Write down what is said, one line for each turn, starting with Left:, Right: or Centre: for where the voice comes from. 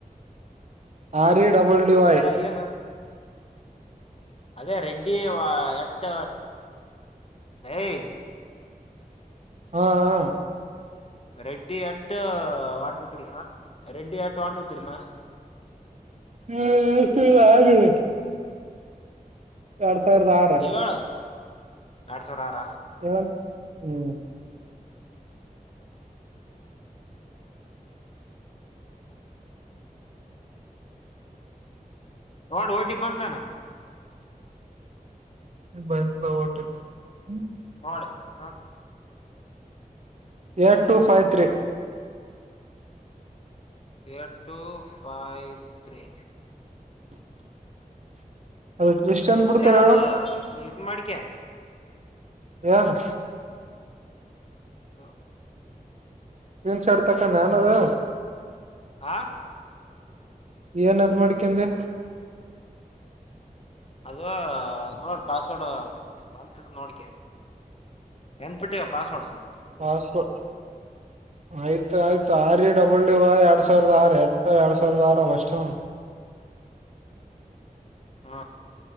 Right: ಆರಿ ಡಾಬ್ಲೆವು
Left: ಹೇಳ
Right: ಆಯ್
Left: ಏನ ಅದೇ ರೆಡ್ಡಿ ಎಟ್ ಹೆ
Right: ಹಾ ಹ
Left: ready at one two three Reddy at one two three ನಾ
Right: ಹ ಎತ <unintelligible> ಎರಡ್ ಸಾವಿರದ ಆರು
Left: ಹೇಳ ಎರಡ್ ಸಾವಿರ ಆರ
Right: ಇವಂ ಹ್ಮ್
Left: ಹೋಡ್ ಓಟಿಪಿಬಂದಂತಾನ
Right: ಬಧ ೋಟ್ಟು <unintelligible>
Left: ಹ್ಮ್ ಇಡು
Right: at two five three
Left: at two five three
Right: <inaudible> ಅದು ಲಿಸ್ಟ್ ಅಂದ್ ಬಿಡ್ತಾರ
Left: ಇ ಅದು ಇತ್ ಮಾಡಿಕೆ
Right: ಯನು
Left: ಹಾ
Right: ಕ್ರಿನ್ ಶರ್ಟ್ ತಕಂದ ಏನದು
Left: ಆ
Right: ಏನ್ ಅದ್ ಮಾಡಕಂದೆ
Left: ಅದ ನೋಡಿ ಪಾಸ್ವರ್ಡ್ ಬ ನೋಡಿಕ ಎನ್ ಬಿಟ್ಟ ಈಗ ಪಾಸ್ವರ್ಡ್ ಸವಲ್
Right: ಹಾಸ್ಪ ಆಯ್ತು ಆಯ್ತು ಆರಿ ಡಬಲ್ಯೂ ವ ಎರಡ್ ಸಾವಿರದ ಆರು ಎಟ ಎರಡ್ ಸಾವಿರದ ಆರು ಅಷ್ಟೇ
Left: ಹ್ಮ